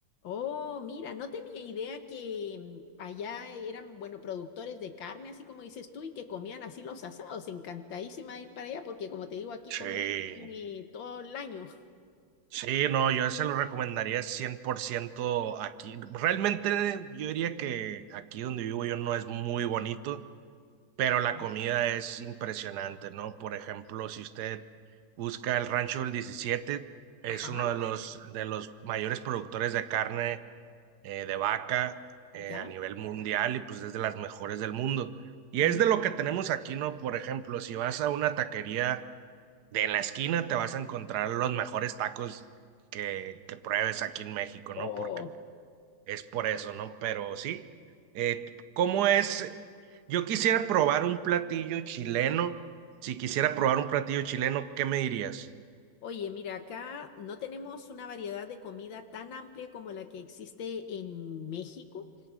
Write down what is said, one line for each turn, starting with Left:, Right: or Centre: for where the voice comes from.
Left: Oh, mira, no tenía idea que mm, allá eran, bueno, productores de carne, así como dices tú, y que comían así los asados. Encantadísima de ir para allá porque, como te digo, aquí
Right: Sí,
Left: comemos carne todo el año.
Right: sí, no, yo se lo recomendaría 100% aquí. Realmente yo diría que aquí donde vivo yo no es muy bonito. pero
Left: Ajá,
Right: la comida es impresionante, ¿no? Por ejemplo, si usted busca el Rancho del Diecisiete, es
Left: ajá,
Right: uno de los, de los mayores productores de carne eh, de vaca eh,
Left: ya.
Right: a nivel mundial y pues es de las mejores del mundo. Y
Left: mm,
Right: es de lo que tenemos aquí, ¿no? Por ejemplo, si vas a una taquería de en la esquina, te vas a encontrar los mejores tacos que, que pruebes aquí en México,
Left: Oh,
Right: ¿no? Porque es por eso, ¿no? Pero sí. Eh, ¿cómo es? Yo quisiera probar un platillo chileno. Si quisiera probar un platillo chileno, ¿qué me dirías?
Left: oye, mira, acá no tenemos una variedad de comida tan amplia como la que existe en México.